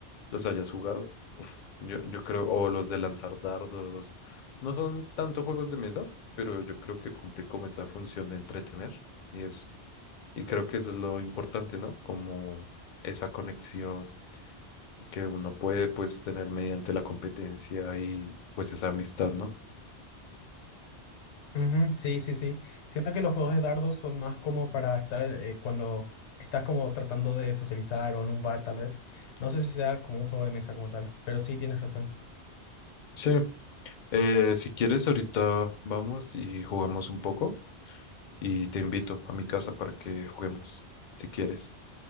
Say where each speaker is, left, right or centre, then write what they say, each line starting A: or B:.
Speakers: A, on the left; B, on the left.
A: los hayas jugado. Uf, yo, yo creo, o los de lanzar dardos. No son tanto juegos de mesa, pero yo creo que cumplen como esa función de entretener. Y es, y creo que eso es lo importante, ¿no? Como esa conexión que uno puede pues tener mediante la competencia y pues esa amistad, ¿no?
B: Ujú, sí, sí, sí. Siento que los juegos de dardos son más como para estar eh, cuando estás como tratando de socializar o en un bar tal vez. No sé si sea como un juego de mesa como tal, pero sí tienes razón.
A: Sí. Eh, si quieres, ahorita vamos y jugamos un poco y te invito a mi casa para que juguemos, si quieres.